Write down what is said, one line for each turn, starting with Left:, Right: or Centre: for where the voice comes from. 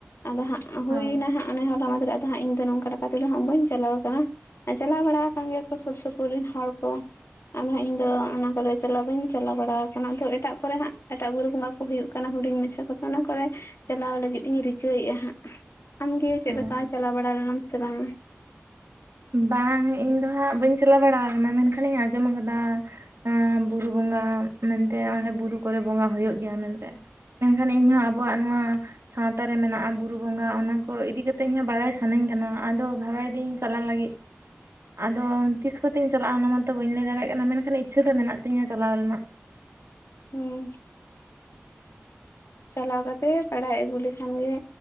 Left: ᱟᱫᱚ ᱦᱟᱸᱜ ᱦᱩᱭᱱᱟ
Right: ᱦᱳᱭ
Left: ᱦᱟᱸᱜ᱾ ᱟᱱᱮ ᱦᱚᱞᱟ ᱢᱟᱦᱫᱮᱨ ᱟᱫᱚ ᱦᱟᱸᱜ ᱤᱧ ᱫᱚ ᱱᱚᱝᱠᱟ ᱞᱮᱠᱟ ᱛᱮ ᱫᱚ ᱦᱟᱸᱜ ᱵᱟᱹᱧ ᱪᱟᱞᱟᱣ ᱠᱟᱱᱟ᱾ ᱟᱨ ᱪᱟᱞᱟᱣ ᱵᱟᱲᱟ ᱟᱠᱟᱱ ᱜᱮᱭᱟ ᱠᱚ ᱥᱩᱨ ᱥᱩᱯᱩᱨ ᱨᱤᱱ ᱦᱚᱲ ᱠᱚ, ᱟᱫᱚ ᱦᱟᱸᱜ ᱤᱧ ᱫᱚ ᱚᱱᱟ ᱠᱚ ᱨᱮ ᱪᱟᱞᱟᱣ ᱵᱟᱹᱧ ᱪᱟᱞᱟᱣ ᱵᱟᱲᱟ ᱟᱠᱟᱱᱟ, ᱟᱫᱚ ᱮᱴᱟᱜ ᱠᱚ ᱨᱮ ᱦᱟᱸᱜ, ᱮᱴᱟᱜ ᱵᱩᱨᱩ ᱵᱚᱸᱜᱟ ᱠᱚ ᱦᱩᱭᱩᱜ ᱠᱟᱱᱟ, ᱦᱩᱰᱤᱧ ᱢᱟᱪᱷᱟ ᱠᱚ ᱫᱚ ᱚᱱᱟ ᱠᱚᱨᱮ ᱪᱟᱞᱟᱣ ᱞᱟᱜᱤᱫ ᱤᱧ ᱨᱤᱠᱟᱹᱭᱮᱜᱼᱟ ᱦᱟᱸᱜ᱾ ᱟᱢ ᱜᱮ ᱪᱮᱫ
Right: ᱦᱮᱸ
Left: ᱞᱮᱠᱟ ᱪᱟᱞᱟᱣ ᱵᱟᱲᱟ ᱞᱮᱱᱟᱢ ᱥᱮ ᱵᱟᱝ?
Right: ᱵᱟᱝ ᱤᱧ ᱫᱚ ᱦᱟᱸᱜ ᱵᱟᱹᱧ ᱪᱟᱞᱟᱣ ᱵᱟᱲᱟ ᱠᱟᱱᱟ ᱢᱮᱱᱠᱷᱟᱱᱤᱧ ᱟᱸᱡᱚᱢ ᱟᱠᱟᱫᱟ, ᱟᱸ ᱵᱩᱨᱩ ᱵᱚᱸᱜᱟ ᱢᱮᱱ ᱛᱮ ᱚᱸᱰᱮ ᱵᱩᱨᱩ ᱠᱚ ᱨᱮ ᱵᱚᱸᱜᱟ ᱦᱩᱭᱩᱜ ᱜᱮᱭᱟ ᱢᱮᱱᱛᱮ᱾ ᱢᱮᱱᱠᱷᱟᱱ ᱤᱧᱦᱚᱸ ᱟᱵᱚᱣᱟᱜ ᱱᱚᱣᱟ, ᱥᱟᱶᱛᱟ ᱨᱮ ᱢᱮᱱᱟᱜᱼᱟ ᱵᱩᱨᱩ ᱵᱚᱸᱜᱟ ᱚᱱᱟ ᱠᱚ ᱤᱫᱤ ᱠᱟ ᱤᱧ ᱦᱚᱸ ᱵᱟᱲᱟᱭ ᱥᱟᱹᱱᱟᱹᱧ ᱠᱟᱱᱟ ᱟᱫᱚ ᱵᱷᱟᱲᱟᱭ ᱫᱟᱹᱧ ᱪᱟᱞᱟᱜ ᱞᱟᱜᱤᱫ ᱟᱫᱚ ᱛᱤᱥᱼᱼ ᱠᱚᱛᱮᱧ ᱪᱟᱞᱟᱜᱼᱟ ᱚᱱᱟ ᱢᱟᱛᱚ ᱵᱟᱹᱧ ᱞᱟᱹᱭ ᱫᱟᱲᱮᱭᱟᱜ ᱠᱟᱱᱟ ᱢᱮᱱᱠᱷᱟᱱ ᱤᱪᱪᱷᱟᱹ ᱫᱚ ᱢᱮᱱᱟᱜ ᱛᱤᱧᱟᱹ ᱪᱟᱞᱟᱣ ᱨᱮᱱᱟᱜ᱾
Left: ᱦᱩᱸ᱾ ᱪᱟᱞᱟᱣ ᱠᱟᱛᱮ ᱵᱟᱲᱟᱭ ᱟᱜᱩ ᱞᱮᱠᱷᱟᱱ ᱜᱮ᱾